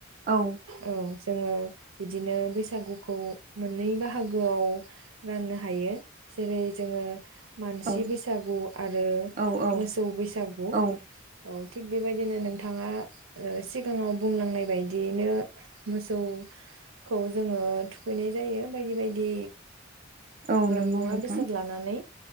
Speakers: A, on the right (about 40°); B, on the right (about 80°).
A: औ
B: औ <unintelligible> जोङो बिदिनो बैसागुखौ मोननै बाहागोआव राननो हायो जेरै जोङो मानसि
A: औ
B: बैसागु आरो
A: औ औ
B: मोसौ बैसागु
A: औ
B: औ थिग बेबायदिनो नोंथाङा ओ सिगाङाव बुंलांनाय बायदियैनो मोसौखौ जोङो थुखैनाय जायो बायदि बायदि
A: औ नंगौ
B: मुवा
A: नोंथां
B: बेसाद लानानै